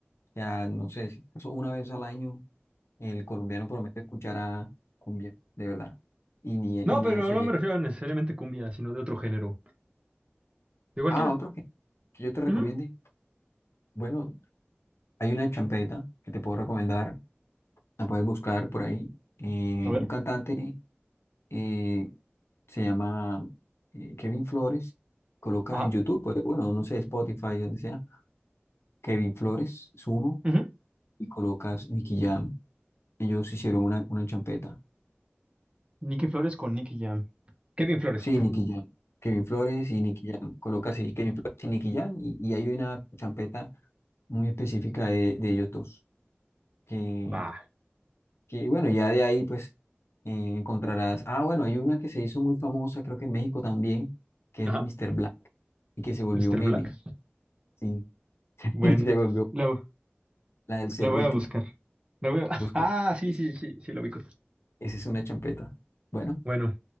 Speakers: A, on the left (about 80°); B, on the right (about 25°).
A: Ya, no sé, si acaso una vez al año el colombiano promete escuchar a cumbia, de verdad. Y ni,
B: No,
A: ni
B: pero
A: a eso llega.
B: no me refiero a necesariamente cumbia, sino de otro género. De cualquiera.
A: Ah, otro que, que yo te recomiende.
B: Ujú.
A: Bueno, hay una champeta que te puedo recomendar. La puedes buscar por ahí. eh,
B: A ver.
A: un cantante eh, se llama eh, Kevin Flores, coloca
B: Ajá.
A: en YouTube, pues, bueno, no sé, Spotify, donde sea, Kevin Flores es uno
B: ujú.
A: y colocas Nicky Jam. Ellos hicieron una, una champeta.
B: Nicky Flores con Nicky Jam. Kevin Flores.
A: Sí, Nicky Jam. Kevin Flores y Nicky Jam. Colocas ahí Kevin Flores y Nicky Jam y, y hay una champeta muy específica de, de ellos dos. Que,
B: Va.
A: que, bueno, ya de ahí pues eh, encontrarás. Ah, bueno, hay una que se hizo muy famosa, creo que en México también, que
B: Ajá.
A: es de Mr. Black y que se volvió
B: Mr.
A: meme.
B: Black.
A: Sí, <laughs>
B: Bueno,
A: se volvió
B: la,
A: La del serrucho.
B: la voy a buscar. La voy a- <laughs>
A: Búscala.
B: Ah, sí,
A: Es-
B: sí, sí, sí, la ubico.
A: Esa es una champeta. Bueno,
B: Bueno,